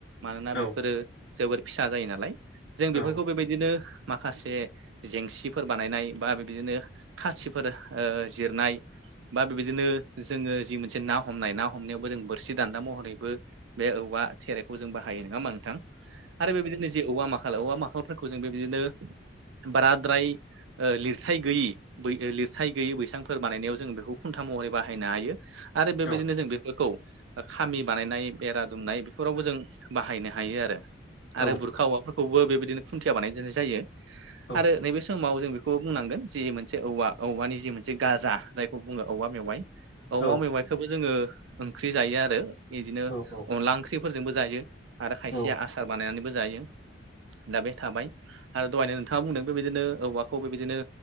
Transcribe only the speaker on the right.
मानोना
बेफोरो जोबोर फिसा जायो नालाय जों बेफोरखौ
बेबायदिनो मा खासे जेंसिफोर बानायनाय बा बिबादिनो खाथिफोर ओ जिरनाय बा बेबायदिनो जोङो जि मोनसे ना हमनाय ना हमनायावबो जों बोरसि दान्दा महरैबो बे औवा थेरेखौ जों बाहायो नङा होमबा नोंथां आरो बेबायदिनो जे औवा माखाल औवा माखालफोरखौ जों बेबायदिनो बाराद्राय लिरथाय गैयि लिरथाय गैयै बैसांफोर बानायनायाव जों बेखौ खुन्था महरै बाहायनो हायो आरो बेबायदिनो
जों बेफोरखौ खामि बानायनाय बेरा दुमनाय बेफोरावबो जों बाहायनो हायो आरो आरो
बुरखा औवाफोरखौबो बेबायदिनो खुन्थिया बानायनाय जायो
आरो नैबे समाव जों बे खौबो बुंनांगोन जि मोनसे औवा औवानि जि मोनसे गाजा जायखौ बुङो औवा मेवाइ औमा
मैवाइखौबो जोङो ओंख्रि जायो आरो बिदिनो
अनला ओंख्रि फोरजोंबो जायो आरो खायसेया
आसार बानायनानैबो जायो दा बे थाबाय आरो दहायनो नोंथाङा बुंदों बेबायदिनो औवाखौ बेबायदिनो